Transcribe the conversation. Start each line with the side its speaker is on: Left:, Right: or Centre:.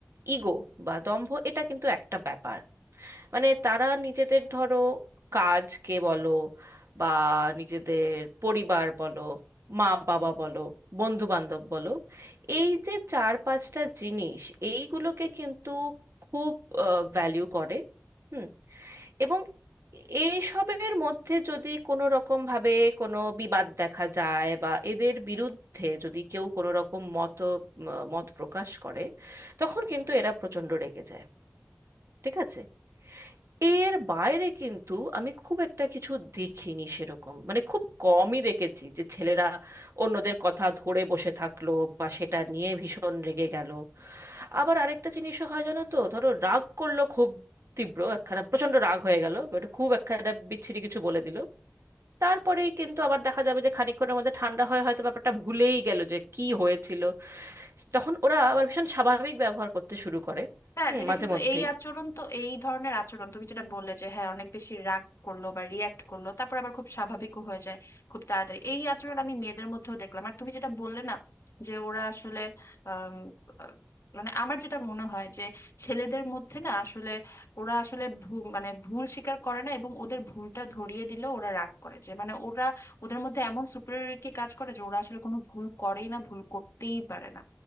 Right: ইগো বা দম্ভ এটা কিন্তু একটা ব্যাপার মানে তারা নিজেদের ধরো কাজকে বলো বা নিজেদের পরিবার বলো মা বাবা বলো বন্ধু বান্ধব বলো এই যে চার পাঁচটা জিনিস এইগুলোকে কিন্তু খুব ভ্যালিউ করে হুম এবং এইসবের মধ্যে যদি কোনো রকম ভাবে কোনো বিবাদ দেখা যায় বা এদের বিরুদ্ধে যদি কেউ কোনো রকম মত মত প্রকাশ করে তখন কিন্তু এরা প্রচণ্ড রেগে যায় ঠিক আছে এর বাইরে কিন্তু আমি খুব একটা কিছু দেখিনি সেরকম মানে খুব কমই দেখেছি যে ছেলেরা অন্যদের কথা ধরে বসে থাকলো বা সেটা নিয়ে ভীষণ রেগে গেল আবার আরেকটা জিনিসও হয় জানো তো ধরো রাগ করলো খুব তীব্র একখানা প্রচন্ড রাগ হয়ে গেল ওটা খুব একখানা বিচ্ছিরি কিছু বলে দিল তারপরেই কিন্তু আবার দেখা যাবে যে খানিকক্ষণের মধ্যে ঠান্ডা হয়ে হয়তো ব্যাপারটা ভুলেই গেল যে কি হয়েছিল তখন ওরা আবার ভীষণ স্বাভাবিক ব্যবহার করতে শুরু করে
Left: হ্যাঁ
Right: হুম
Left: দিদি
Right: মাঝে
Left: কিন্তু
Right: মধ্যেই
Left: এই আচরণ তো এই ধরনের আচরণ তুমি যেটা বললে যে হ্যাঁ অনেক বেশি রাগ করলো বা রিয়াক্ট করলো তারপর আবার খুব স্বাভাবিকও হয়ে যায় খুব তাড়াতাড়ি এই আচরণ আমি মেয়েদের মধ্যেও দেখলাম আর তুমি যেটা বললে না যে ওরা আসলে আম, আহ, মানে আমার যেটা মনে হয় যে ছেলেদের মধ্যে না আসলে ওরা আসলে ভু- মানে ভুল স্বীকার করে না এবং ওদের ভুলটা ধরিয়ে দিলেও ওরা রাগ করে যে মানে ওরা ওদের মধ্যে এমন সুপিরিয়রিটি কাজ করে যে ওরা আসলে কোনো ভুল করেই না ভুল করতেই পারে না